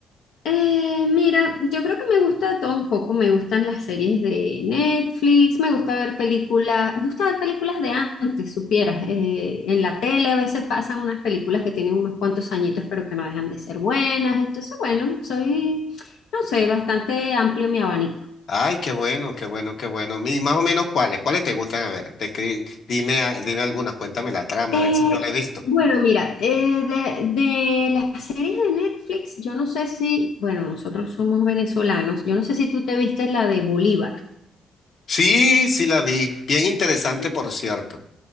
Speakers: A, on the left (about 80°); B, on the left (about 60°).
A: Eh, mira, yo creo que me gusta de todo un poco. Me gustan las series de Netflix, me gusta ver películas, me gusta ver películas de antes, supieras. Eh, en la tele a veces pasan unas películas que tienen unos cuantos añitos, pero que no dejan de ser buenas. Entonces, bueno, soy, no sé, bastante amplio mi abanico.
B: Ay, qué bueno, qué bueno, qué bueno. Y más o menos cuáles, cuáles te gustan a ver. Te escri- dime, a- dime alguna, cuéntame la trama,
A: Eh,
B: a ver si yo la he visto.
A: bueno, mira, eh, de, de las series de Netflix, yo no sé si, bueno, nosotros somos venezolanos, yo no sé si tú te viste la de Bolívar.
B: Sí, sí la vi. Bien interesante,
A: ¿sí?
B: por cierto.